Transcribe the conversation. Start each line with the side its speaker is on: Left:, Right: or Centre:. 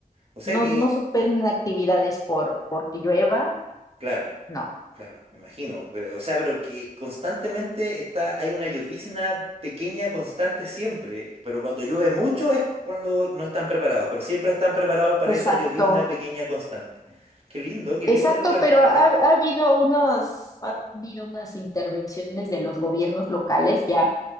Right: O sea
Left: no,
Right: que,
Left: no suspenden actividades por porque llueva,
Right: claro.
Left: no.
Right: Claro, me imagino. Pero, o sea, pero que constantemente está, hay una llovizna pequeña constante siempre. Pero cuando llueve mucho es cuando no están preparados. Pero siempre están preparados para
Left: Exacto.
Right: esa llovizna pequeña constante. Qué lindo, qué
Left: Exacto,
Right: lindo el lugar,
Left: pero
Right: me
Left: ha,
Right: encanta.
Left: ha habido unos, ha habido unas intervenciones de los gobiernos locales ya